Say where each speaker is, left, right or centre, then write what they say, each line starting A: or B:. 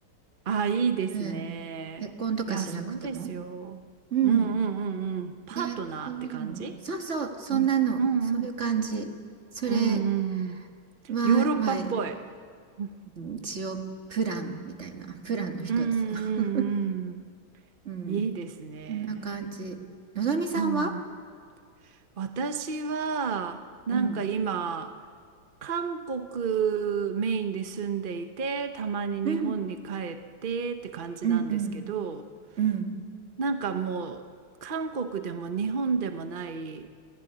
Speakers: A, on the right (about 55°); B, on the right (about 35°).
A: あ、いいですね。
B: うん。結婚とかしなくても。
A: いや、そうですよ。
B: うん。
A: うんうんうんうん。パートナーって感じ
B: ね、そういうの。そうそう、そんなの。
A: うん。うんうん。
B: そういう感じ。それ
A: うんうんうん。
B: は、
A: ヨーロッパっぽい。
B: まあ、
A: うん
B: 一応プランみたいな、プランの一つ。
A: うんう
B: <laughs>
A: んうん。
B: うん。
A: いいですね。
B: こんな感じ。のぞみさんは
A: うん。私は、なんか今、
B: うん。
A: 韓国メインで住んでいて、たまに日本に帰ってって感じなんですけど、
B: うん。うんうんうん
A: なんかもう、韓国でも日本でもない、